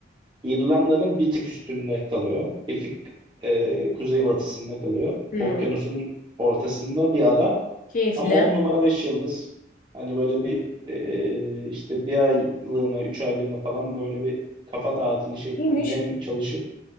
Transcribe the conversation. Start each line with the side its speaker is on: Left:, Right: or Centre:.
Right: İrlanda'nın bir tık üstünde kalıyor. Bir tık e, kuzeybatısında kalıyor.
Left: Hı.
Right: Okyanusun ortasında bir ada
Left: Keyifli.
Right: ama on numara 5 yıldız. Hani böyle bir e, işte bir aylığına 3 aylığına falan böyle bir kafa tatili şeklinde
Left: İyiymiş.
Right: hem çalışıp